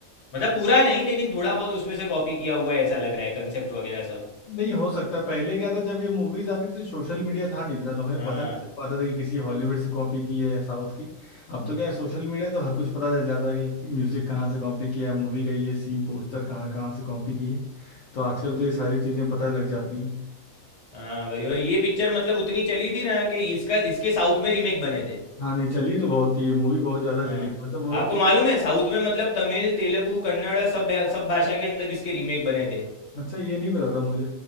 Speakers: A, on the left; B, on the left.
A: मतलब पूरा नहीं लेकिन थोड़ा बहुत उसमें से कॉपी किया हुआ है ऐसा लग रहा है कंसेप्ट वगैरह सब
B: नहीं हो सकता है। पहले क्या था जब ये मूवीज आती थी सोशल मीडिया था नहीं इतना तो हमें
A: हाँ
B: पता नहीं चल पाता था कि किसी हॉलीवुड से कॉपी की है या साउथ की अब तो क्या है सोशल मीडिया तो हर कुछ पता चल जाता है कि म्यूजिक कहाँ से कॉपी किया है मूवी का ये सीन पोस्टर कहाँ कहाँ से कॉपी किए तो आजकल तो ये सारी चीजें पता लग जाती हैं
A: हाँ भाई और ये पिक्चर मतलब उतनी चली थी ना कि इसका इसके साउथ में रीमेक बने थे
B: हाँ नहीं चली तो बहुत थी ये मूवी बहुत ज्यादा
A: हाँ
B: चली थी मतलब वो
A: आपको मालूम है साउथ में मतलब तमिल तेलुगु कन्नड़ सब सब भाषा के अंदर इसके रीमेक बने थे
B: अच्छा ये नहीं पता था मुझे